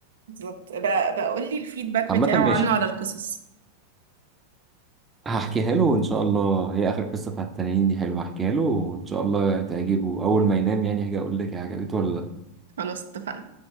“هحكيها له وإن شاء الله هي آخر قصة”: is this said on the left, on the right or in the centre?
Right